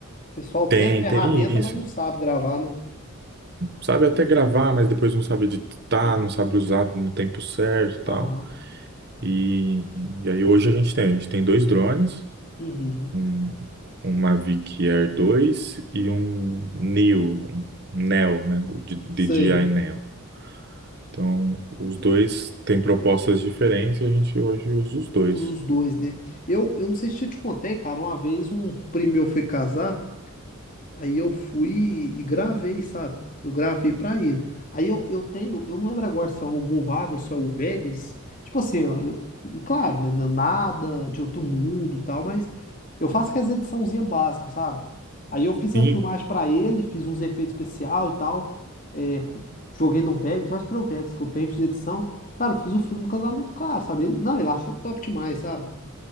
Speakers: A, on the left; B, on the right.
A: pessoal tem
B: tem,
A: a ferramenta,
B: tem
A: mas
B: isso.
A: não sabe gravar, né?
B: Sabe até gravar, mas depois não sabe editar,
A: Uhum.
B: não sabe usar no tempo certo e tal.
A: Aham.
B: E, e aí hoje a gente tem, a gente tem dois drones,
A: Uhum.
B: um, um Mavic Air dois e um Neo, um Neo, né? O D-
A: Sei.
B: DJI Neo. Então, os dois têm propostas diferentes e a gente hoje usa os dois.
A: Usa os dois, né? Eu, eu não sei se eu te contei, cara. Uma vez um primo meu foi casar. Aí eu fui e gravei, sabe? Eu gravei pra ele. Aí eu, eu tenho, eu não lembro agora se é o Movável, se é o Vegas. Tipo assim, ó, eu, claro, né? não é Nada de outro mundo e tal, mas eu faço aquelas ediçãozinhas básica, sabe? Aí eu fiz
B: E
A: a filmagem pra ele, fiz uns efeitos especial e tal. é, co- joguei no Vegas, acho que era o Vegas que eu tenho, fiz edição. Cara, eu fiz o filme do casamento do cara, sabe? Ele- não, ele achou top demais, sabe?